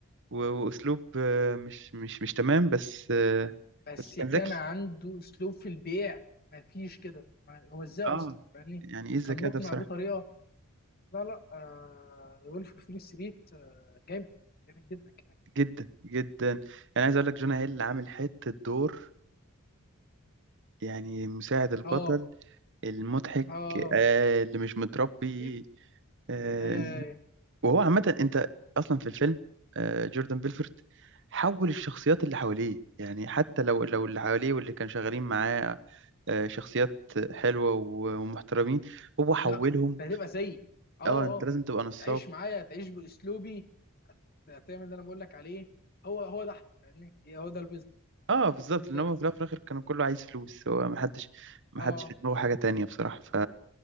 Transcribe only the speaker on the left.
بس
كان
عنده اسلوب في البيع ما فيش كده ما- هو ازاي اصلا
فاهمني؟
كان مقنع
بطريقة لا لا آه وولف اوف وول ستريت آه جامد جامد جدا كمان
اه
اه
جد-
اي اي اي
لا انت هتبقى زيي اه
اه
تعيش معايا تعيش باسلوبي تعمل اللي انا بقول لك عليه هو هو ده احنا فاهمني هي- هو ده البيزنس
بالنسبه
لي
اه